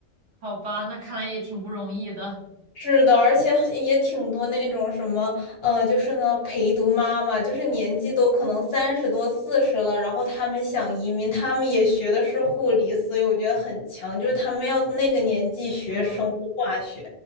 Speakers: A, on the right (about 65°); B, on the left (about 55°).
A: 好吧，那看来也挺不容易的。
B: 是的，而且也挺多那种什么，呃，就是呢，陪读妈妈，就是年纪都可能三十多、四十了，然后他们想移民，他们也学的是护理，所以我觉得很强，就是他们要那个年纪学生物化学，
A: 嗯，